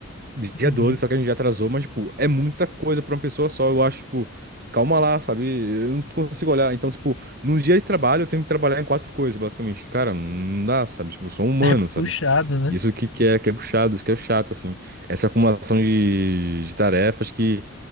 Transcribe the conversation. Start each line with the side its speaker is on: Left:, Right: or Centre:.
Right: Dia
Left: Uhum.
Right: 12, só que a gente já atrasou, mas, tipo, é muita coisa pra uma pessoa só. Eu acho, tipo, calma lá, sabe? Eu não consigo olhar. Então, tipo, num dia de trabalho eu tenho que trabalhar em quatro coisas, basicamente. Cara, não dá, sabe? Tipo, eu sou um humano,
Left: É puxado,
Right: sabe?
Left: né?
Right: Isso que, que é, que é puxado, isso que é chato, assim. Essa acumulação de, de tarefas que